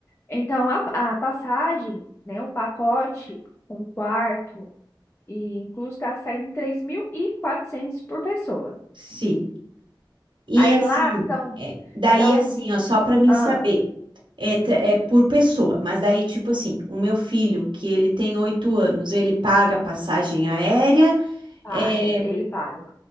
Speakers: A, on the left; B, on the right.
A: Então, a, a passagem, né, um pacote, um quarto e incluso está saindo 3.400 por pessoa.
B: Sim. E
A: Aí
B: assim,
A: lá são,
B: é, daí
A: são,
B: assim, ó, só para mim
A: ah,
B: saber, é,
A: hum,
B: t- é por pessoa, mas daí, tipo assim, o meu filho, que ele tem oito anos, ele paga
A: hum,
B: passagem aérea
A: paga,
B: é
A: ele paga.